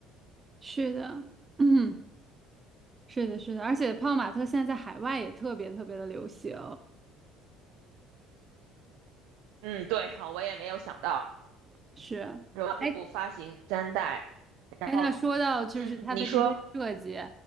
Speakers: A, on the right; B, on the right.
A: 是的，嗯，是的，是的，而且泡泡玛特现在在海外也特别特别的流行。
B: 嗯，对，好，我也没有想到，
A: 是，
B: 然后步步发行三代，
A: 哎，
B: 然后
A: 哎，那说到就是它的这些设计，
B: 嗯，你说。